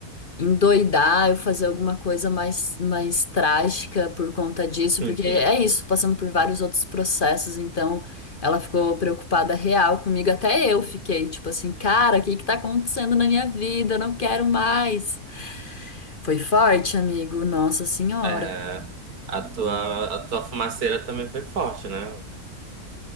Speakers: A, on the left; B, on the right.
A: endoidar, eu fazer alguma coisa mais, mais trágica por conta disso,
B: <laughs>
A: porque é isso, passando por vários outros processos, então ela ficou preocupada real comigo, até eu fiquei tipo assim, cara, o que que tá acontecendo na minha vida? Eu não quero mais. Foi forte, amigo, Nossa Senhora.
B: É, a tua, a tua fumaceira também foi forte, né?